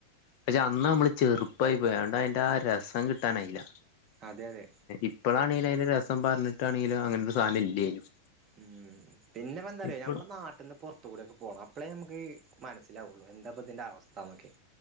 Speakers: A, on the left; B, on the right.
A: പക്ഷെ അന്ന് നമ്മള് ചെറുപ്പായി വേണ്ട അയ്ന്റെ ആ രസം കിട്ടാനായില്ല
B: അതെ അതെ
A: ഇപ്പളാണേൽ രസം പറഞ്ഞിട്ടാണെങ്കില് അങ്ങനൊരു സാധനം ഇല്ലേനും
B: ഉം പിന്നെപ്പന്താന്നറിയോ
A: ഇപ്പളും
B: ഞമ്മള നാട്ട്ന്ന് പൊർക്കൂടൊക്കെ പോണം അപ്പളെ നമു ക്ക് മനസ്സിലാവുള്ളൂ എന്താപ്പതിന്റെ അവസ്ഥ ന്നൊക്കെ